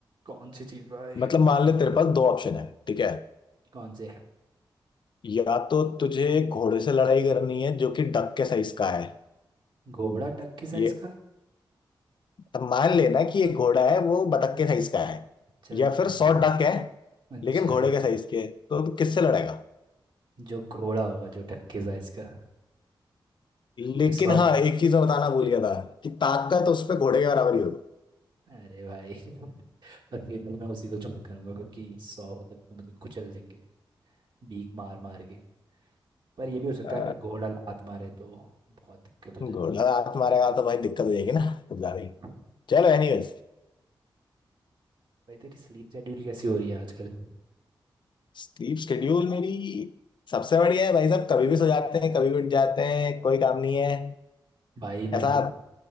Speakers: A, on the right; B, on the left.
A: कौन सी चीज भाई
B: मतलब मान ले तेरे पास दो ऑप्शन है ठीक है
A: कौन से
B: या तो तुझे घोड़े से लड़ाई करनी है जो कि डक के साइज का है
A: घोड़ा डक के साइज
B: ये
A: का
B: अब मान लेना कि एक घोड़ा है वो बतख के साइज का है
A: चल
B: या
A: मान
B: फिर सौ
A: लिया
B: डक है
A: अच्छा
B: लेकिन घोड़े के साइज के है तो तू किससे लड़ेगा
A: जो घोड़ा होगा जो डक के साइज का
B: लेकिन
A: सौ
B: हाँ एक चीज मैं बताना भूल गया था कि ताकत तो उस पे घोड़े के बराबर ही होगी
A: अरे भाई पर फिर भी मैं उसी को चूज करूंगा क्योंकि सौ तक तो मुझे कुचल देंगे बीक मार मार के पर ये भी हो सकता
B: अ,
A: है अगर घोड़ा लात मारे तो बहुत दिक्कत हो
B: घोड़ा हाथ मारेगा तो भाई दिक्कत हो जाएगी ना कुछ ज्यादा ही
A: तो
B: चलो एनीवेज
A: भाई तेरी स्लीप शेड्यूल कैसी हो रही है आजकल
B: स्लीप शेड्यूल मेरी सबसे बढ़िया है भाई साहब कभी भी सो जाते हैं कभी भी उठ जाते हैं कोई काम नहीं है
A: भाई
B: ऐसा
A: मैं तो